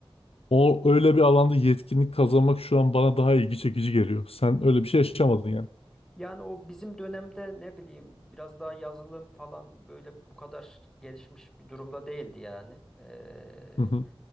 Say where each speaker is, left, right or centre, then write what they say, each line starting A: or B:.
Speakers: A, on the left; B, in the centre.
A: O öyle bir alanda yetkinlik kazanmak şu an bana daha ilgi çekici geliyor. Sen öyle bir şey yaşamadın yani.
B: Yani o bizim dönemde ne bileyim biraz daha yazılım falan böyle bu kadar gelişmiş bir durumda değildi yani. Ee,
A: Hı hı.